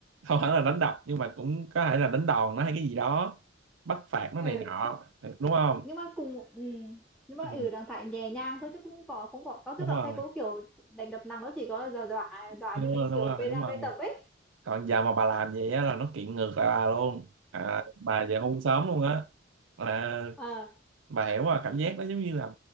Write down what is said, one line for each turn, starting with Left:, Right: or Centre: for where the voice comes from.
Right: không hẳn là đánh đập nhưng mà cũng có thể là đánh đòn nó hay cái gì đó bắt phạt nó
Centre: ừ,
Right: này nọ đúng không
Centre: nhưng mà cùng ừ, nhưng mà
Right: ừ,
Centre: ở trạng thái nhẹ nhàng thôi chứ không có không có có
Right: đúng
Centre: tôi gặp
Right: rồi
Centre: thầy cô kiểu đánh đập nặng nó chỉ có là dọa dọa
Right: đúng
Centre: cho mình
Right: rồi đúng
Centre: kiểu
Right: rồi
Centre: p
Right: đúng
Centre: năm
Right: rồi
Centre: pê tập ấy
Right: còn giờ mà bà làm vậy á là nó kiện ngược lại bà luôn à, bà về hôn sớm luôn á à,
Centre: ờ
Right: bà hiểu mà cảm giác đó giống như là